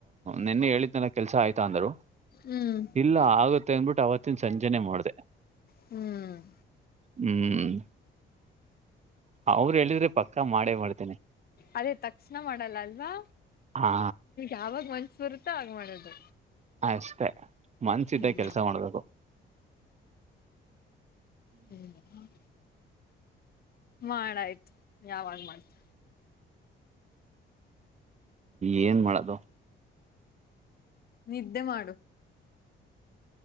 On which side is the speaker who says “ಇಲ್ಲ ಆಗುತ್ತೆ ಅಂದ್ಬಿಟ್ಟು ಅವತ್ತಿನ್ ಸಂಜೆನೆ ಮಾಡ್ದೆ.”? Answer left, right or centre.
Right